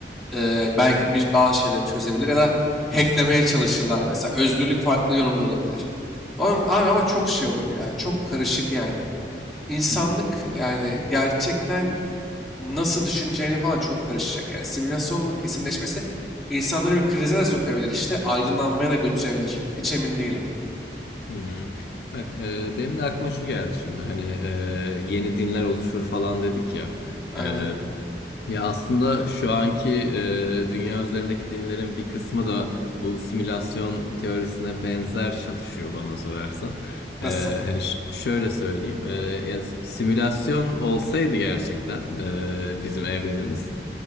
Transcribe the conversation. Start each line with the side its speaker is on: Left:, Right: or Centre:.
Centre: eee, belki bir bazı şeyleri çözebilir ya da hacklemeye çalışırlar mesela. Özgürlük farklı yorumlanabilir. Onun, abi ama çok şey olur ya. Çok karışık yani. İnsanlık
Left: hı hı,
Centre: yani gerçekten nasıl düşüneceğini falan çok karışacak. Yani simülasyonun kesinleşmesi insanları bir krize de sokabilir işte. Aydınlanmaya da götürebilir. Hiç emin değilim.
Left: hı hı. Bak e, benim de aklıma şu geldi şimdi hani e, yeni dinler oluşur falan dedik ya.
Centre: Aynen.
Left: E, Ya aslında şu anki e, dünya üzerindeki dinlerin bir kısmı da bu simülasyon teorisine benzer çalışıyor bana sorarsan. E,
Centre: Nasıl?
Left: hani ş- şöyle söyleyeyim, e, ya simülasyon olsaydı gerçekten e, bizim evrenimiz,